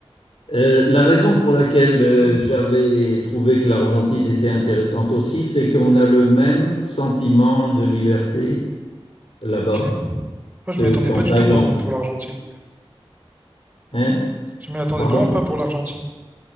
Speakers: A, on the left; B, on the right.
A: Euh, la raison pour laquelle euh,
B: Hmm,
A: j'avais trouvé que l'Argentine était intéressante aussi, c'est qu'on a le même sentiment de liberté là-bas
B: Ok. Moi,
A: que,
B: je m'y attendais
A: qu'en
B: pas
A: Thaïlande.
B: du tout par contre pour l'Argentine.
A: Hein?
B: Je m'y attendais
A: Pardon?
B: vraiment pas pour l'Argentine.